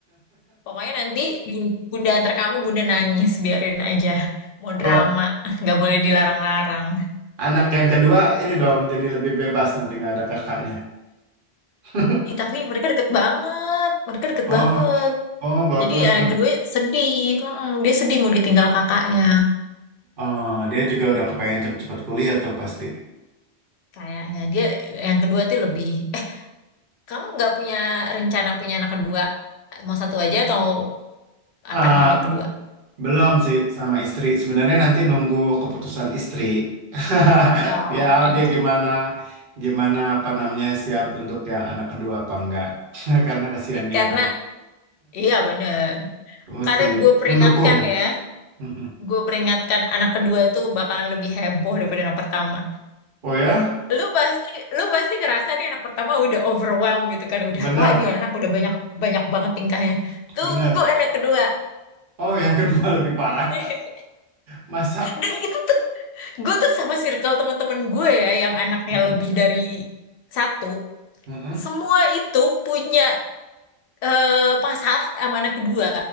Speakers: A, on the left (about 75°); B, on the right (about 55°).
A: Pokoknya nanti bun- bunda antar kamu bunda nangis biarin aja. Mau
B: Oh,
A: drama, <laughs> nggak boleh dilarang-larang.
B: anak yang kedua ini dong jadi lebih bebas nanti nggak ada kakaknya. <laughs>
A: Ih, tapi mereka deket banget, mereka deket
B: Oh,
A: banget.
B: oh bagus
A: Jadi yang
B: tuh.
A: kedua sedih, Mm-mm, dia sedih mau ditinggal kakaknya.
B: Oh dia juga udah kepengen cepet-cepet kuliah tuh pasti.
A: Kayaknya dia yang kedua tuh lebih. Eh, kamu nggak punya rencana punya anak kedua? Mau satu aja atau akan
B: Eh,
A: ada kedua?
B: belum sih sama istri. Sebenarnya nanti nunggu keputusan istri. <laughs>
A: Oh,
B: Dia oh,
A: oke.
B: dia gimana gimana apa namanya siap untuk yang anak kedua apa enggak? <laughs> Karena kasihan dia
A: Karena
B: kan
A: iya bener.
B: mesti
A: Karena gue peringatkan
B: mendukung.
A: ya,
B: Mm-mm.
A: gue peringatkan anak kedua tuh bakalan lebih heboh daripada anak pertama.
B: Oh ya,
A: lu pasti lu pasti ngerasa nih anak pertama udah overwhelmed gitu kan udah
B: benar,
A: wah ini anak udah banyak banyak banget tingkahnya tunggu
B: benar.
A: anak kedua
B: Oh, yang kedua <laughs> lebih parah.
A: <laughs>
B: Masa?
A: dan itu tuh gue tuh sama circle teman-teman gue ya yang anaknya
B: Mm-mm,
A: lebih dari satu
B: mm-mm.
A: semua itu punya eh, masalah sama anak kedua